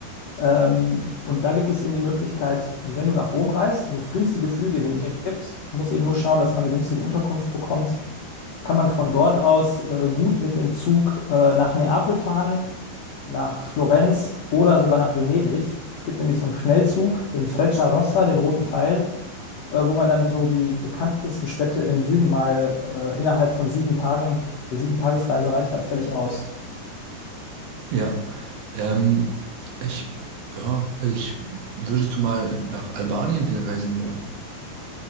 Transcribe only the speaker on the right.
Ja, ähm, ich, ja, ich, würdest du mal nach Albanien hinreisen wollen?